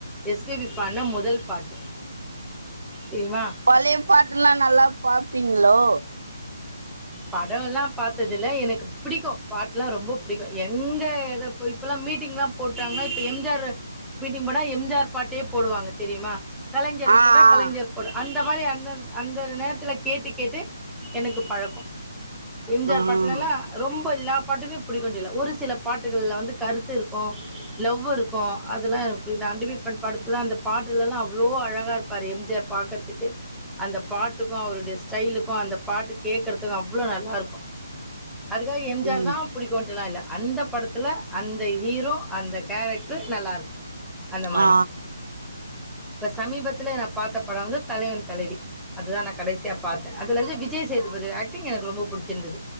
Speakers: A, in the centre; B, on the right.
A: எஸ் பி பி பாடுன மொதல் பாட்டு தெரியுமா
B: பழய பாட்டெல்லா நல்லா பாப்பீங்ளோ
A: படோ எல்லா பாத்தது இல்ல எனக்கு பிடிக்கு பாட்லா ரொம்ப பிடிக்கு எங்க எத இப்பல்லா மீட்டிங்லா போட்டாங்னா இப்ப எம் ஜி ஆர் மீட்டிங் போனா எம் ஜி ஆர் பாட்டே போடுவாங்க தெரியுமா கலைஞர்
B: ஆ
A: போடா
B: ஆ
A: கலைஞர் போட அந்த இந்த மாரி அந்த அந்த நேரத்ல கேட்டு கேட்டு எனக்கு பழக்கொ எம் ஜி
B: ம்
A: ஆர் பாட்ல எல்லா ரொம்ப லாப பாட்டுமே பிடிக்குண்ருல ஒரு சில பாட்டுகளில்ல வந்து கருத்து இருக்கு லவ் இருக்கு அதெலா இந்த அண்டமிப்பன் படத்ல அந்த பாட்டுலெல்லா அவ்ளோ அழகாக இருப்பாரு எம் ஜி ஆர் பாக்குறதுக்கே அந்த பாட்டுக்கு அவருடைய ஸ்டைலுக்கு அந்த பாட்டு கேட்குறதுக்கு அங்க அவ்ளோ நல்லா இருக்கு அதுக்காக எம் ஜி
B: ம்
A: ஆர் தா பிடிக்கும்ன்டுல்லா இல்ல அந்த படத்துல அந் த ஹீரோ அந்த கேரக்ட்ரு நல்லா இருக்கு அந்த மாரி
B: ஆ
A: இப்ப சமீபத்துல நா பாத்த படோ வந்து தலைவன் தலைவி அதுதா நா கடைசியா பாத்தே அதுல வந்து விஜயசேதுபதி ஆக் டிங் எனக்கு ரொம்ப புடிச்சிருந்தது.